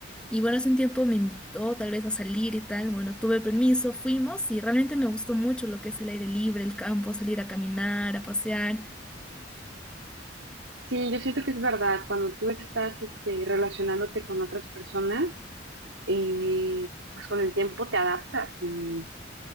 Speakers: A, in the centre; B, on the right.
A: y bueno, hace un tiempo me invitó tal vez a salir y tal, bueno, tuve permiso, fuimos y realmente me gustó mucho lo que es el aire libre, el campo, salir a caminar, a pasear.
B: Sí, yo siento que es verdad, cuando tú estás este, relacionándote con otras personas, eh, pues con el tiempo te adaptas y,